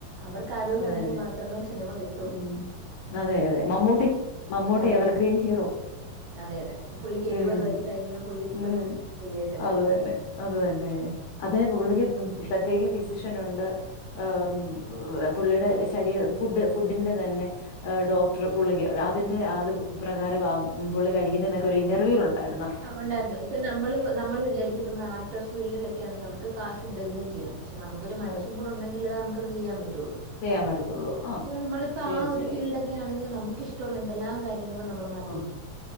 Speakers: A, on the right (about 70°); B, on the left (about 75°).
A: അവർക്ക് ആരോഗ്യൊണ്ടെങ്കി
B: അതെ അതെ
A: മാത്രമേ സിനിമ കി
B: ഉം അതെ അതെ മമ്മൂട്ടി മമ്മൂട്ടി
A: അതെ
B: എവർഗ്രീൻ ഹീറോ
A: അതെ അതെ പുള്ളിക്ക് എഴുപത്
B: ഉം
A: വയസ്സായെങ്കിലും പുള്ളി ഇപ്പഴും
B: ഉം
A: അടിപോളിയായിട്ടല്ലേ
B: അത്
A: ഇരിക്കി
B: തന്നെ അത് തന്നെ അതേ പുള്ളിക്ക് പ്രത്യേക ഫിസിഷ്യനൊണ്ട് ഏം ഏഹ് പുള്ളിടെ ശരീരം ഫുഡ്ഡ് ഫുഡ്ഡിന്റെ തന്നെ ആഹ് ഡോക്ട്ർ പുള്ളിക് അതിന്റെ അത് പ്രകാരവാ പുള്ളി കഴിക്കുന്നേ ന്നൊക്കെ ഒരു ഇന്റർവ്യൂലിലുണ്ടായിര്ന്ന്
A: ആ് ഉണ്ടാര്ന്നു ഇപ്പൊ നമ്മള് നമ്മള് വിചാരിക്കും ഇപ്പ ആക്ട്രസ് ഫീൽഡിലൊക്കെ ആണെങ്കി അവർക്ക് കാശുണ്ട് എന്തും ചെയ്യാം പഷെ നമുക്കൊരു മനസ്സും
B: അതെ
A: കൂടൊണ്ടങ്കിലേ അത് അമുക്കത് ചിയ്യാൻ പറ്റുള്ളൂ
B: ചെയ്യാൻ പറ്റത്തുള്ളൂ ആ
A: എന്നാ നമ്മളിപ്പോ
B: തീർച്ചയായും
A: ആ ഒരു ഫീൽഡ് ഒക്കെ ക്കെയാണെങ്കിലും നമുക്ക് ഇഷ്ടമുള്ള എന്തെല്ലാം കാര്യങ്ങൾ നമ്മൾ മാറ്റി
B: ആ
A: വെക്കും